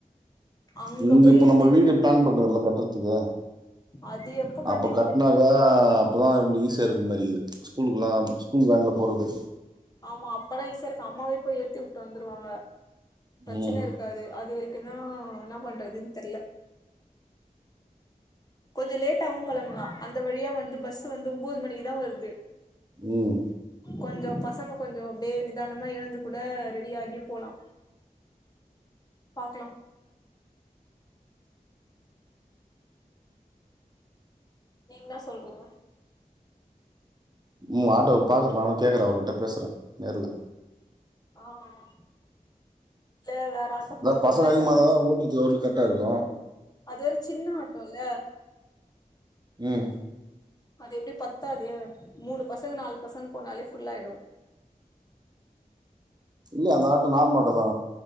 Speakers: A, on the left (about 25°); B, on the right (about 30°).
A: அங்க
B: இங்கு
A: போய் ஏத்தி
B: நம்ம
A: விடுற
B: வீடு பிளான்
A: மாரி இருக்கு
B: பண்ணல நம்ம நம்ம கட்டுறதுக்கு
A: அது எப்ப கட்டி
B: அப்ப கட்னாதா
A: முடிப்போமோ
B: நமக்கு ஈசி <unintelligible> ஸ்கூல்குலாம் ஸ்கூல் வேன் போறது
A: ஆமா அப்பலாம் ஈசியா இருக்கு அம்மாவே போய் ஏத்தி விட்டு வந்துருவாங்க பிரச்சன
B: ம்
A: இருக்காது அது வரைக்கும் இதுனா என்ன பண்றதுனு தெரியல கொஞ்ச லேட்டாகவு கிளம்பலா அந்த வழியா வந்து பஸ் வந்து ஒம்போது மணிக்குதான் வருது
B: உம்
A: கொஞ்ச பசங்க கொஞ்ச ப்டே நிதானமா எழுந்து கூட ரெடி ஆகி போலா பாக்கலாம் நீங்லா சொல்றீங்ளா
B: உம் ஆட்டோ பாக்குறே நானு கேக்குறே அவர்கிட்ட பேசுறே நேர்ல
A: ஆஹ ஹ இல்ல வேற ஆட்டோ
B: அதா
A: பாத்துதான்
B: பசங்க அதிகமா
A: எல்லாரும்
B: இருந்தா
A: இல்ல ஒரு
B: தா
A: சில
B: ஓட்டுறதுக்கு அவருக்கு கரெக்டா இருக்கு
A: அது ஒரு சின்ன ஆட்டோ இல்ல
B: ம்
A: அது எப்பிடி பத்தாதே மூணு பசங்க நாலு பசங்க போனாலே ஃபுல்லாயிடு
B: இல்ல அந்த ஆட்டோ நார்மல் ஆட்டோ தா